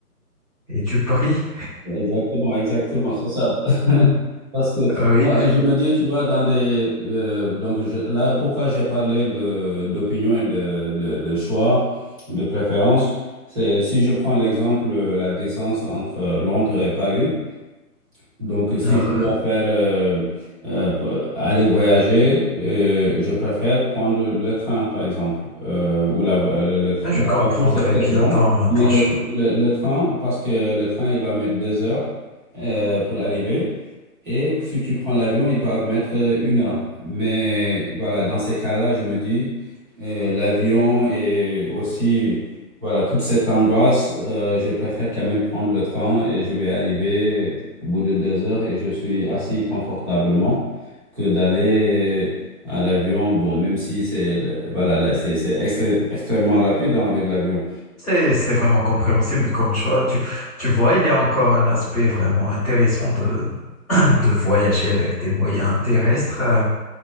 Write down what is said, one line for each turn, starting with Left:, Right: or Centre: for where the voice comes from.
Centre: et tu pries.
Right: exactement, exactement, c'est ça. <laughs> Parce que
Centre: Ah oui,
Right: moi, je me dis, tu vois, dans des. euh, donc je- là, pourquoi j'ai parlé de, d'opinion et de, de, de choix, de préférence, c'est si je prends l'exemple, euh, la distance entre Londres et Paris. Donc, si
Centre: Euh,
Right: je dois faire euh, euh, p- aller voyager, euh, je préfère prendre le train, par exemple, euh, ou la, vo- le- le tr-
Centre: je comprends
Right: la voiture, c'est
Centre: très
Right: peut-être
Centre: bien
Right: long,
Centre: ton,
Right: mais
Centre: ton
Right: le,
Centre: choix.
Right: le- le train, parce que le train, il va mettre deux heures euh, pour arriver. Et si tu prends l'avion, il va mettre euh, une heure. Mais voilà, dans ces cas-là, je me dis, euh, l'avion et aussi, voilà, toute cette angoisse, euh, je préfère quand même prendre le train et je vais arriver au bout de deux heures et je suis assis confortablement que d'aller à l'avion. Bon, même si c'est, le- voilà, là, c'est c'est extré- extrêmement rapide hein, avec l'avion.
Centre: C'est, c'est vraiment compréhensible comme choix. Tu, tu vois, il y a encore un aspect vraiment intéressant de, <clears throat> de voyager avec des moyens terrestres. euh,